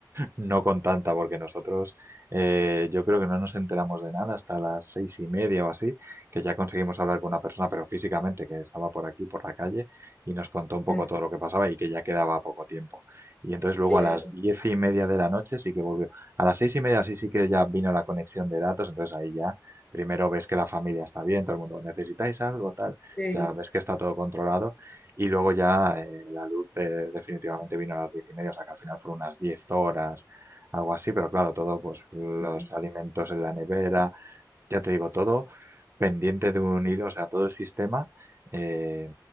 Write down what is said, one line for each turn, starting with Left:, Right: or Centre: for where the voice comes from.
Right: no con tanta, porque nosotros eh, yo creo que no nos enteramos de nada hasta las seis y media o así, que ya conseguimos hablar con una persona, pero físicamente, que estaba por aquí, por la calle, y nos contó un poco
Left: Eh,
Right: todo lo que pasaba y que ya quedaba poco tiempo. Y entonces luego
Left: Claro,
Right: a las diez y media de la noche sí que volvió. A las seis y media sí, sí que ya vino la conexión de datos, entonces ahí ya primero ves que la familia está bien, todo el mundo necesitáis algo, tal,
Left: sí.
Right: ya ves que está todo controlado y luego ya eh, la luz eh, definitivamente vino a las diez y media, o sea que al final fueron unas diez horas algo así, pero claro, todo, pues los
Left: sí, sí.
Right: alimentos en la nevera, ya te digo, todo pendiente de un hilo, o sea, todo el sistema eh,